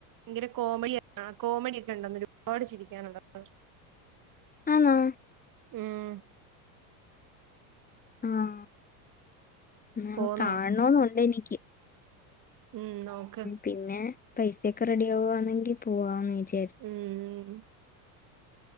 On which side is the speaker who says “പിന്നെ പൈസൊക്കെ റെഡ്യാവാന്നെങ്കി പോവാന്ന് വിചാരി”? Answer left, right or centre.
Left